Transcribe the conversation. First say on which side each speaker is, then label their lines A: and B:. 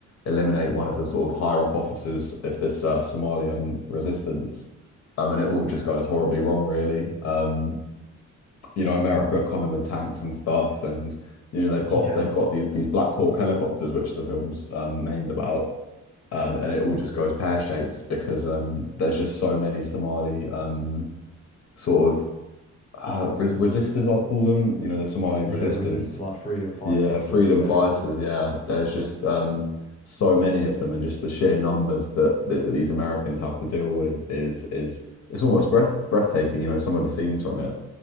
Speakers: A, on the left (about 55°); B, on the left (about 25°).
A: eliminate one of the sort of higher up officers of this uh, Somalian resistance. Um, and it all just goes horribly wrong, really. Um, you know, America have come in with tanks and stuff, and you know they've
B: <laughs>
A: got
B: Yeah,
A: they've got these these Black Hawk helicopters, which the film's um, named about, and and it all just goes pear-shaped because um, there's just so many Somali um, sort of uh, res resistors, I'd call them. You know, the Somalian
B: yeah,
A: resistance
B: resist like freedom fighters
A: yeah, freedom
B: sort of thing.
A: fighters. Yeah, there's just um, so many of them, and just the sheer numbers that, that, that these Americans have to deal with is is it's almost breath breathtaking. You know, some of the scenes from it,